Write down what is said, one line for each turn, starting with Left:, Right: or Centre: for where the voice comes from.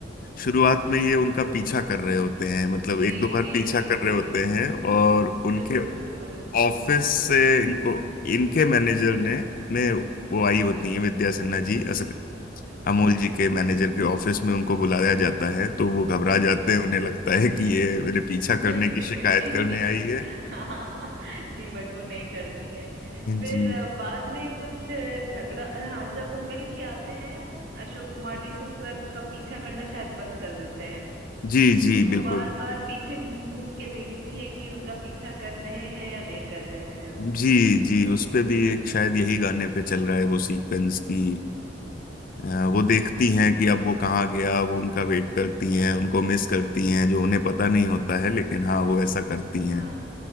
Left: शुरुआत में ये उनका पीछा कर रहे होते हैं मतलब
Right: जी
Left: एक दो बार
Right: जी
Left: पीछा
Right: जी
Left: कर
Right: जी
Left: रहे होते हैं और उनके
Right: बिल्कुल बिल्कुल
Left: ऑफिस से इनको इनके मैनेजर ने ने वो आई होती
Right: जी
Left: हैं विद्या सिन्हा जी अमूल
Right: जी
Left: जी के मैनेजर के ऑफिस में उनको बुलाया जाता है तो वो घबरा जाते
Right: जी
Left: हैं उन्हें लगता है कि ये मेरे पीछा
Right: <laughs>
Left: करने की
Right: सिक
Left: शिकायत
Right: इनके
Left: करने
Right: पीछे
Left: आई है
Right: <laughs> हाँ जी बट वो नहीं करती हैं फिर
Left: जी
Right: अ, बाद में कुछ अ, झगड़ा हाँ जब वो मिल के आते हैं अशोक कुमार जी से उसके बाद उनका पीछा करना शायद बंद कर देते हैं
Left: जी जी
Right: तो वो
Left: बिल्कुल
Right: बार बार पीछे घूम घूम के देखती है कि उनका पीछा कर रहे हैं या नहीं कर रहे हैं वो
Left: जी जी उस पे भी एक शायद यही गाने पे चल रहा है वो सीक्वेंस की अ, वो देखती हैं कि अब वो कहाँ गया वो उनका वेट करती
Right: जी
Left: हैं उनको मिस करती हैं जो उन्हें पता नहीं होता
Right: जी
Left: है लेकिन हाँ वो ऐसा करती हैं
Right: हाँ